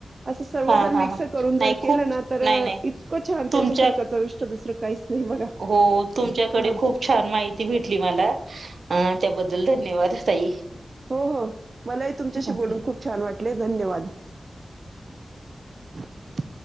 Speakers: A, on the right; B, on the right.
A: असं सर्व
B: हा
A: जर
B: हा
A: मिक्स
B: हा
A: करून जर
B: नाही
A: केलं
B: खूप
A: ना तर
B: नाही नाही
A: इतकं छान
B: तुमच्या
A: त्याच्यासारखं चविष्ट दुसरं काहीच नाही बघा
B: हो तुमच्याकडे
A: हा
B: खूप छान माहिती भेटली मला त्याबद्ल बदल धन्यवाद ताई!
A: हो हो मलाही तुमच्याशी
B: ओके.
A: बोलून खूप छान वाटले धन्यवाद! थ